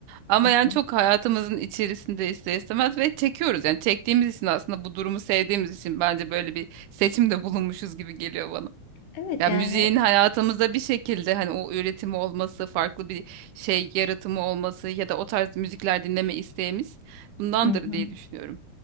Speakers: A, on the right (about 80°); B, on the left (about 90°).
A: ama
B: Hı
A: yani
B: hı.
A: çok hayatımızın içerisinde ister istemez ve çekiyoruz yani çektiğimiz için aslında bu durumu sevdiğimiz için bence böyle bir seçimde bulunmuşuz gibi geliyor bana.
B: Evet
A: Ya
B: yani
A: müziğin hayatımızda bir şekilde hani o üretimi olması, farklı bir şey yaratımı olması ya da o tarz müzikler dinleme isteğimiz bundandır
B: Hı hı.
A: diye düşünüyorum.